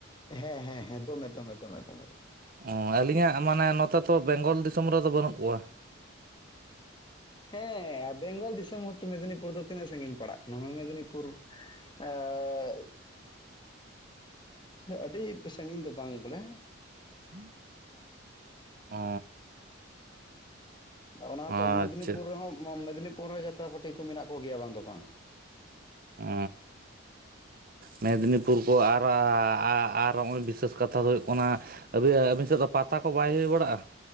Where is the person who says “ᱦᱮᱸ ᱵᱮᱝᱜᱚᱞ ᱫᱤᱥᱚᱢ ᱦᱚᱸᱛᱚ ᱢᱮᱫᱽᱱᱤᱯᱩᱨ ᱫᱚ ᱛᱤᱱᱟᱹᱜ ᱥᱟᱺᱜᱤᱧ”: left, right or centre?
Left